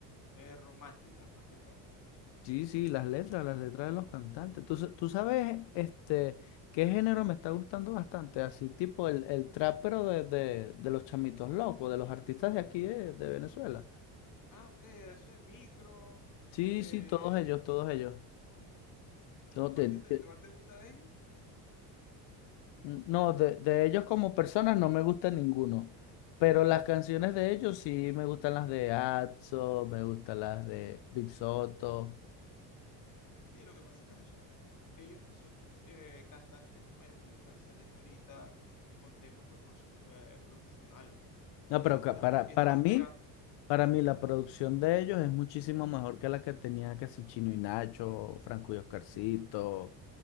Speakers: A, on the left; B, on the left.
A: eh, románticas más que todo.
B: Sí, sí, las letras, las letras de los cantantes. Tú, sa- tú sabes, este, qué género me está gustando bastante, así tipo el, el trap, pero de, de- de los chamitos locos, de los artistas de aquí de, de Venezuela.
A: Ah, ok, eso de micro.
B: Sí,
A: eh,
B: sí, todos ellos, todos ellos.
A: oh,
B: No, de,
A: ¿cuál te, te-
B: de-
A: cuál te gusta de ellos?
B: no, de- de ellos como personas no me gusta ninguno, pero las canciones de ellos sí me gustan las de Atzo, me gustan las de Big Soto.
A: Sí, lo que pasa es que esos son, ellos son mus- eh, cantantes nuevos y están saliendo ahorita con temas propos- eh, promocionales
B: No, pero ca-
A: y están,
B: para,
A: y están
B: para mí...
A: pegando.
B: Para mí la producción de ellos es muchísimo mejor que la que tenía casi Chino y Nacho, Franco y Oscarcito,